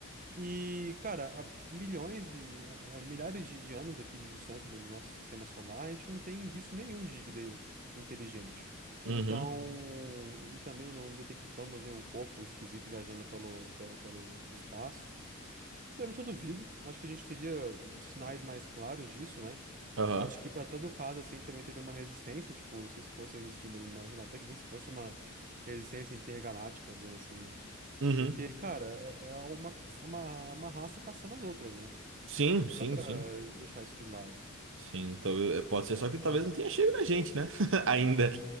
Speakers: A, on the right; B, on the right.
A: E, cara, há milhões e há há milhares de de anos aqui de distância do do nosso sistema solar, a gente não tem indício nenhum de vida inteligente.
B: Uhum.
A: Então, e também não detectamos nenhum corpo esquisito viajando pelo, pelo, pelo pelo espaço. Sinceramente, eu duvido. Acho que a gente teria sinais mais claros disso, né?
B: Aham.
A: Eu acho que para todo caso, assim, também teria uma resistência, tipo, se isso fosse existir mesmo, mas sei lá, até que nem se fosse uma resistência intergaláctica, dizendo assim, né?
B: Uhum.
A: Porque, cara, é é uma, é uma, é uma raça caçando as outras, né?
B: Sim,
A: Não
B: sim,
A: dá pra
B: sim.
A: deixar isso de lado.
B: Sim, talvez, pode ser só que talvez não tenha chego na gente, né? <laughs> Ainda.